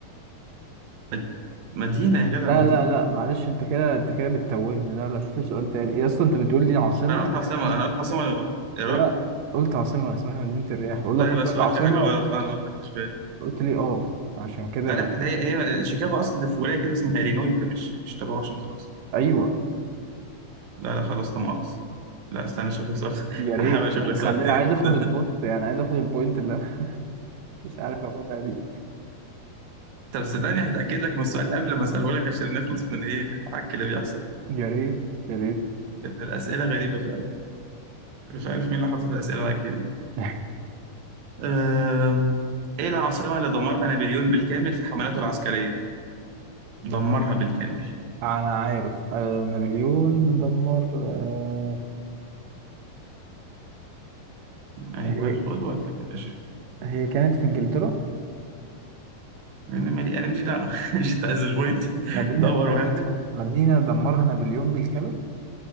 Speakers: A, on the right; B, on the right.
A: مد- مدينة يا جدع
B: لا
A: مدينة
B: لا لا معلش انت كده انت كده بتتوهني لا لا شوف لي سؤال تاني إيه يا اسطى انت بتقول لي عاصمه
A: أنا قلت عاصمة
B: اسمها
A: أنا قلت عاصمة يا راجل
B: لا قلت عاصمه اسمها مدينه الرياح بقول لك
A: لا
B: قلت
A: يبقى
B: لك
A: سؤال
B: عاصمه
A: في حاجة غلط أنا ما خدتش بالي
B: قلت لي اه عشان كده
A: لا
B: بقى
A: لا ده هي شيكاغو اصلا في ولايه كده اسمها الينوي ده مش مش تبع واشنطن اصلا
B: ايوه
A: لا لا خلاص لا مؤاخذة لا استنى اشوف لك سؤال
B: يا
A: <laughs>
B: ريت
A: هحاول اشوف
B: يعني
A: لك سؤال
B: خليني
A: تاني
B: عايز اخد
A: بس
B: البوست
A: <laughs>
B: يعني عايز اخد البوينت اللي انا <laughs> مش عارف اخدها دي
A: طب صدقني هتاكد لك من السؤال قبل ما اساله لك عشان نخلص من ايه العك اللي بيحصل
B: يا ريت يا ريت
A: ان الاسئله غريبه فعلا مش عارف مين اللي حاطط الاسئله العجيبه دي
B: <laughs>
A: أه... ايه العاصمه اللي دمرها نابليون بالكامل في حملاته العسكريه دمرها بالكامل
B: انا عارف آه نابليون دمر آه
A: ايوه
B: هي
A: خد وقتك يا باشا
B: هي كانت في انجلترا
A: انا مالي انا مش دعوه <laughs> مش عايز البوينت
B: مدينة
A: <laughs> دور
B: مدينة
A: وهات
B: مدينة دمرها نابليون بالكامل